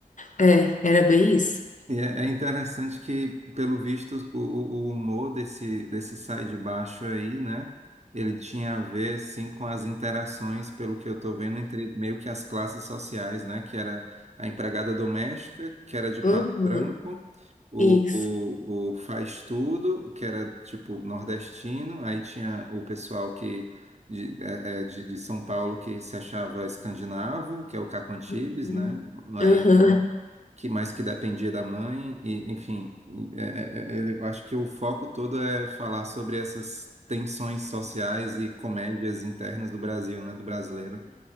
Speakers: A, on the left; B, on the right.
A: É, era bem isso.
B: E é é interessante que, pelo visto, o, o- o humor desse, desse Sai de Baixo aí, né? Ele tinha a ver, assim, com as interações, pelo que eu tô vendo, entre meio que as classes sociais, né? Que era a empregada doméstica, que era de pato
A: Uhum.
B: branco, o,
A: Isso.
B: o, o faz tudo, que era, tipo, nordestino, aí tinha o pessoal que de, é, é, de, de São Paulo que se achava escandinavo, que é o Caco Antibes,
A: Uhum.
B: né? Aí
A: Aham.
B: que mais que dependia da mãe, e, enfim, é- é- é- é, eu acho que o foco todo é falar sobre essas tensões sociais e comédias internas do Brasil, né, do brasileiro.